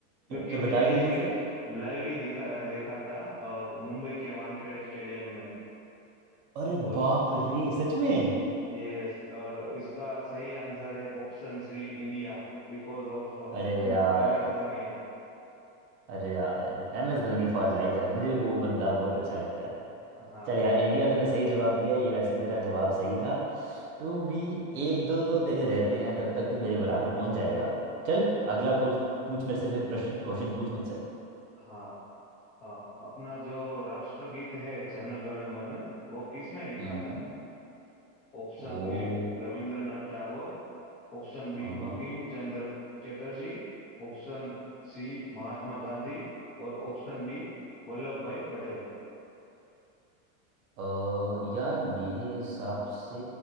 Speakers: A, on the left; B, on the right.
A: क्योंकि
B: तो
A: मैंने
B: बता
A: ये
B: जल्दी
A: मैच
B: से
A: लाइव ही दिखा देखा था अ, मुंबई के वानखेड़े स्टेडियम में
B: अरे
A: और
B: बाप रे सच में
A: यस और इसका सही आंसर है option C India because of
B: अरे यार
A: एम एस Dhoni
B: अरे यार M S Dhoni for life यार मुझे भी वो बंदा बहुत अच्छा लगता है
A: हाँ
B: चल यार इंडिया तूने सही जवाब दिया ये वैसे तेरा जवाब सही था तो भी एक दो तो तेरे रहते हैं तब तक तू मेरे बराबर पहुंच जाएगा चल अगला पूछ
A: हाँ
B: पूछ मेरे से फिर प्रश्न क्वेश्चन पूछ मुझसे
A: हाँ अ, अपना जो राष्ट्रगीत है जनगण मन वो किसने लिखा
B: हम्म
A: था Option
B: ओ
A: A Rabindranath Tagore option B
B: हाँ हाँ
A: Bankim Chandra Chatterjee option C Mahatma Gandhi और ऑप्शन डी वल्लभ भाई पटेल
B: अ, यार मेरे हिसाब से